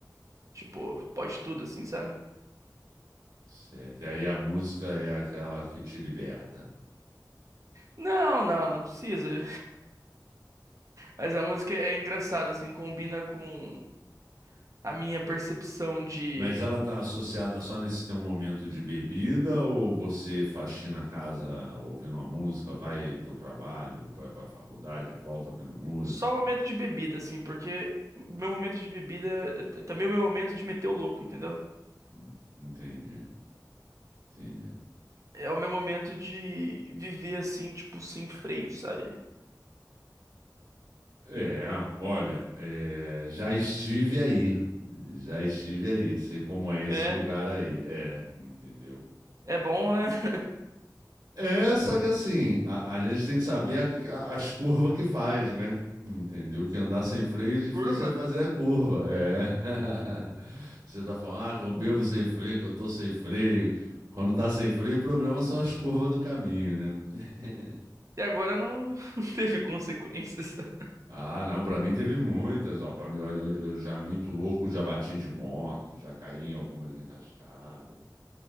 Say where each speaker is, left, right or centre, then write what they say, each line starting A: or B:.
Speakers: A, on the right; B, on the right.
A: tipo, pode tudo, assim, sabe?
B: Certo. E aí a música é aquela que te liberta.
A: Não, não, não precisa. <laughs> Mas a música é engraçada, assim, combina com a minha percepção de
B: Mas ela tá associada só nesse teu momento de bebida ou você faxina a casa ouvindo uma música, vai pro trabalho, vai pra faculdade, volta ouvindo música?
A: só o momento de bebida, assim, porque meu momento de bebida é t- também é o meu momento de meter o louco, entendeu?
B: Hum, Entendi, entendi.
A: É o meu momento de viver, assim, tipo, sem freio, sabe?
B: É, olha, é, já estive aí, já estive aí, sei como é esse
A: É,
B: lugar aí, é, entendeu?
A: é bom, né? <laughs>
B: É, só que assim, a, a gente tem que saber a- a- as curvas que faz, né? Entendeu? Que andar sem freio é difícil
A: curva.
B: é fazer a curva, é. <laughs> Você tá falando, ah, que eu bebo sem freio, que eu tô sem freio. Quando tá sem freio, o problema são as curvas do caminho, né? <laughs>
A: E agora não, <laughs> não teve consequências. <laughs>
B: Ah, não, pra mim teve muitas, ó. Pra mim, ó, eu, eu já muito louco, já bati de moto, já caí em algumas enrascadas.